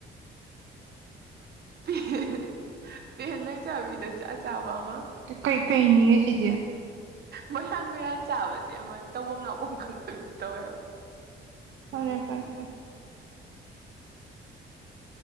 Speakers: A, on the right (about 55°); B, on the right (about 70°).
A: <unintelligible> ꯄꯦꯂꯦ ꯆꯥꯕꯤꯗ ꯑꯆꯥ ꯑꯆꯥꯕꯃ
B: ꯀ ꯀꯩ ꯀꯩꯅꯤꯌꯦ ꯁꯤꯗꯤ
A: ꯃꯩꯌꯥꯟ ꯃꯩꯌꯥꯟ ꯆꯥꯕꯖꯦ ꯑꯃ ꯇꯧꯕꯝ ꯂꯥꯛꯄꯝ ꯈꯪꯗꯕꯤꯗꯣ ꯇꯧꯋꯦꯕ
B: ꯐꯔꯦ ꯐꯔꯦ ꯐꯔꯦ